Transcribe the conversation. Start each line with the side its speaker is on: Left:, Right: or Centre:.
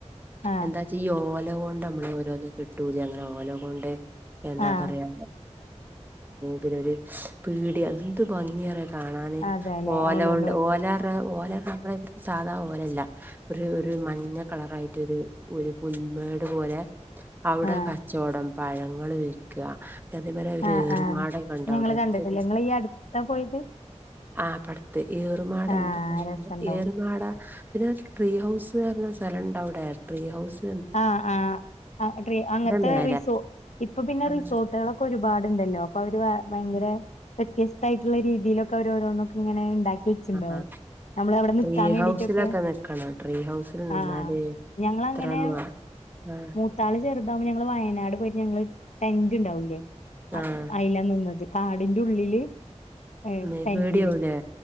Left: ആഹ്
Right: എന്താച്ചാ ഈ ഓല കൊണ്ട് നമ്മള് ഓരോന്ന് കെട്ടൂലേ അങ്ങന ഓല കൊണ്ട് എന്താ
Left: ആഹ്
Right: പറയാ പിന്നെ <unintelligible> പേടിയാ എന്തു ഭംഗിയ കാണാന്
Left: അതെല്ലെ
Right: ഓല
Left: ഓലോണ്ട്
Right: കൊണ്ട്
Left: പറയുന്നു
Right: ഓലറ ഓല നമ്മള ഇവിടുത്തെ സാധാപോലെ അല്ല ഒരു ഒരു മഞ്ഞ കളറായിട്ടൊര് ഒരു പുൽമേട് പോലെ അവ്ടെ
Left: ആഹ്
Right: കച്ചവടം പഴങ്ങള് വിൽക്കാ രത്തിൻ മേലെ ഒര്
Left: ആഹ്
Right: ഏറ്മാടം
Left: ആഹ്
Right: കണ്ടവ്ടെ
Left: ഞങ്ങള്
Right: എന്തൊര്
Left: കണ്ടിട്ടില്ല
Right: <unintelligible>
Left: ഇങ്ങള് ഈ അടുത്താ പോയത്
Right: ആ പടത്ത് ഏറ്മാഡം
Left: ആഹ്
Right: ഇണ്ട് വഴില്
Left: രസണ്ടാവും
Right: ഏറ്മാഡം പിന്നെ ട്രീഹൗസ് വരണസ്ഥലംഇണ്ട് അവിടെ ട്രീഹൗസ്
Left: ആ ആ അ ട്രീ അങ്ങനത്തെ
Right: മേലെ
Left: റിസൊ ഇപ്പൊപിന്നെ
Right: ആഹ്
Left: റിസോർട്ടുകളൊക്കെ ഒരുപാട് ണ്ടല്ലോഅപ്പാഅവര് വേഭയങ്കര വ്യത്യാസ്ഥായിട്ടുള്ള രീതിലൊക്കെഅവര് ഓരോന്നൊക്കെ ഇങ്ങെനെഇണ്ടാക്കി <unintelligible>
Right: ആഹ്
Left: നമ്മളഅവിടെനിക്കാൻ
Right: ട്രീ
Left: വേണ്ടിട്ടൊക്കെ
Right: ഹൗസിലൊക്കെ നിക്കണം ട്രീ ഹൗസിൽ നിന്നാല്
Left: ആ ഞങ്ങളങ്ങെനെ
Right: എത്രമാ ആഹ്
Left: മൂത്താള് ചെറുതാകുമ്പോൾ ഞങ്ങള് വയനാട് പോയിഞങ്ങള് ടെന്റ് ഉണ്ടാവൂല്ലേ അ
Right: ആഹ്
Left: അയില നിന്നത് കാടിന്റെ ഉള്ളില് ഏ
Right: മ്മേ
Left: ടെന്റില്
Right: പേടിയാവൂലേ